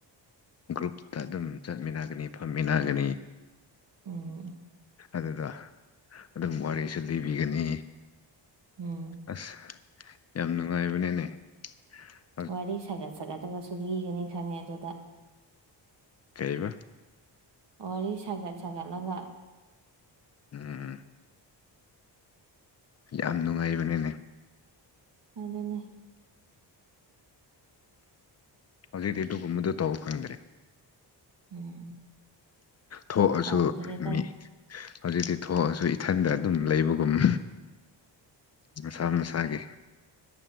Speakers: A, on the left; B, on the right.
A: ꯒ꯭ꯔꯨꯞꯇ ꯑꯗꯨꯝ ꯆꯠꯃꯤꯟꯅꯒꯅꯤ ꯐꯝꯃꯤꯟꯅꯒꯅꯤ
B: ꯎꯝ
A: ꯑꯗꯨꯗ ꯑꯗꯨꯝ ꯋꯥꯔꯤꯁꯨ ꯂꯤꯕꯤꯒꯅꯤ
B: ꯎꯝ
A: ꯑꯁ ꯌꯥꯝ ꯅꯨꯡꯉꯥꯏꯕꯅꯦꯅꯦ <unintelligible>
B: ꯋꯥꯔꯤ ꯁꯥꯒꯠ ꯁꯥꯒꯠꯇꯅꯁꯨ ꯂꯤꯒꯅꯤ ꯈꯪꯉꯦ ꯑꯗꯨꯗ
A: ꯀꯩꯕ
B: ꯋꯥꯔꯤ ꯁꯥꯒꯠ ꯁꯥꯒꯠꯂꯒ
A: ꯎꯝ ꯌꯥꯝ ꯅꯨꯡꯉꯥꯏꯕꯅꯤꯅꯦ
B: ꯑꯗꯨꯅꯦ
A: ꯍꯧꯖꯤꯛꯇꯤ ꯑꯗꯨꯒꯨꯝꯕꯗꯨ ꯇꯧ ꯐꯪꯗ꯭ꯔꯦ
B: ꯎꯝ
A: ꯊꯣꯛꯑꯁꯨ
B: ꯇꯧꯗ꯭ꯔꯦꯗ
A: ꯃꯤ ꯍꯧꯖꯤꯛꯇꯤ ꯊꯣꯛꯑꯁꯨ ꯏꯊꯟꯗ ꯑꯗꯨꯝ ꯂꯩꯕꯒꯨꯝ ꯃꯁꯥ ꯃꯁꯥꯒꯤ